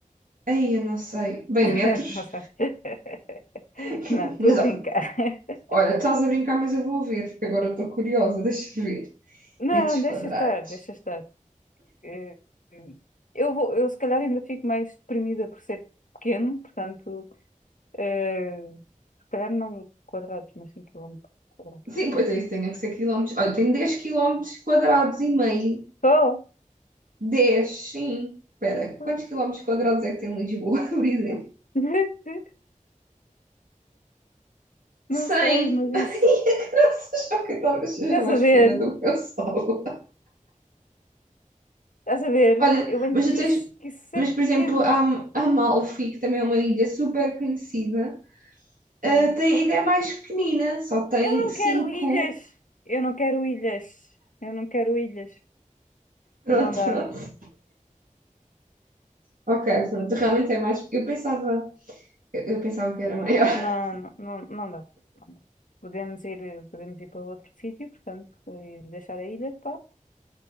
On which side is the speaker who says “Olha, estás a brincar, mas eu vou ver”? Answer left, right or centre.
Right